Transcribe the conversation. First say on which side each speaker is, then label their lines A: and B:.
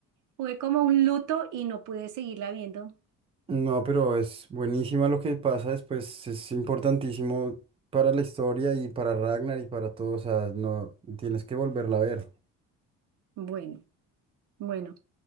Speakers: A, on the right; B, on the right.
A: Fue como un luto y no pude seguirla viendo.
B: No, pero es buenísima lo que pasa después, es importantísimo para la historia y para Ragnar y para todos, o sea, no tienes que volverla a ver.
A: Bueno, bueno,